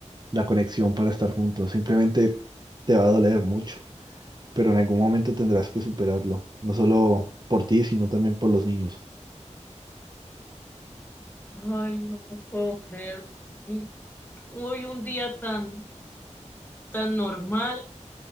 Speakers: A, on the right; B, on the left.
A: la conexión para estar juntos, simplemente te va a doler mucho, pero en algún momento tendrás que superarlo, no solo por ti, sino también por los niños.
B: Ay, no puedo creerlo. Y hoy un día tan, tan normal,